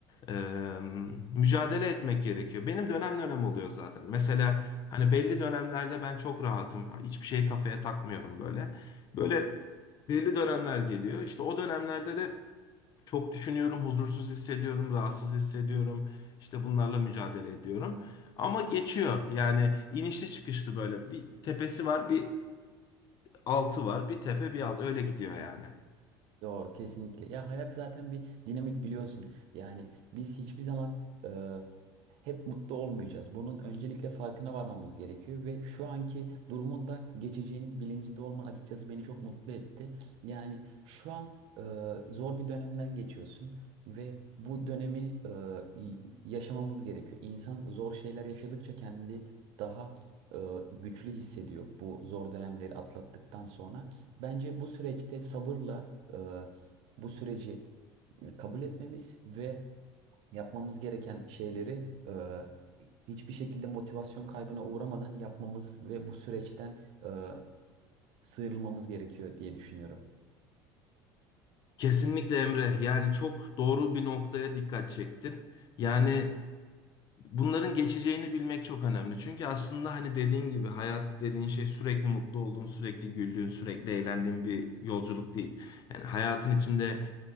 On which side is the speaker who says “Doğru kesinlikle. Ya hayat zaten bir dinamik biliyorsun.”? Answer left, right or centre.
Right